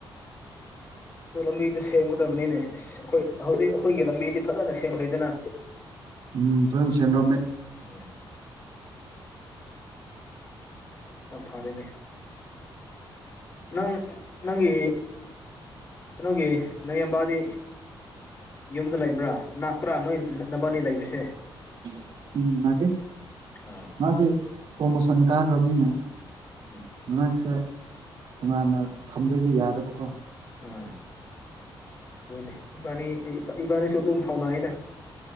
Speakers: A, on the left; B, on the right.
A: ꯑꯗꯨ ꯂꯝꯕꯤꯗ ꯁꯦꯝꯒꯗꯕꯅꯤꯅꯦ ꯑꯩꯈꯣꯏ ꯍꯧꯖꯤꯛ ꯑꯩꯈꯣꯏꯒꯤ ꯂꯝꯕꯤꯗꯤ ꯐꯖꯅ ꯁꯦꯝꯈ꯭ꯔꯦꯗꯅ
B: ꯎꯝ ꯐꯖꯅ ꯁꯦꯝꯔꯝꯃꯦ
A: ꯎꯝ ꯌꯥꯝ ꯐꯔꯦꯅꯦ ꯅꯪ ꯅꯪꯒꯤ ꯀꯩꯅꯣꯒꯦ ꯅ ꯑꯝꯕꯗꯤ ꯌꯨꯝꯗ ꯂꯩꯕ꯭ꯔꯥ ꯅꯥꯛꯄ꯭ꯔꯥ ꯅꯣꯏ ꯅꯛꯅꯕꯅꯤ ꯂꯩꯕꯁꯦ
B: ꯎꯝ ꯃꯥꯅꯥꯀꯦ
A: ꯑꯥ
B: ꯃꯥꯁꯦ ꯄ꯭ꯔꯣꯃꯣꯁꯟ ꯀꯥꯈ꯭ꯔꯕꯅꯤꯅꯦ
A: ꯎꯝ
B: ꯃꯅꯥꯛꯇ ꯇꯣꯉꯥꯟꯅ ꯊꯝꯗꯣꯏꯗꯤ ꯌꯥꯗꯕꯀꯣ
A: ꯑ ꯑꯗꯨꯅꯦ ꯏꯕꯥꯅꯤ ꯏꯕꯥꯅꯤꯁꯨ ꯑꯗꯨꯝ ꯊꯧꯅꯥꯏꯗ